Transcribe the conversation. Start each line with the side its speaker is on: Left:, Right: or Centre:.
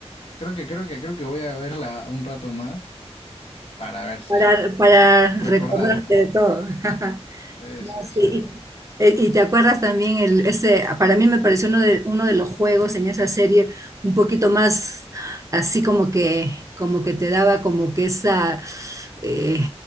Left: Creo que, creo que, creo que voy a verla un rato más para ver si
Right: para, para
Left: recordar,
Right: recordarte
Left: ¿no?
Right: de todo. <laughs>
Left: Sí,
Right: No,
Left: sí,
Right: sí,
Left: sí.
Right: Y, eh, y te acuerdas también el, ese, para mí me pareció uno de, uno de los juegos en esa serie un poquito más así como que, como que te daba como que esa, eh,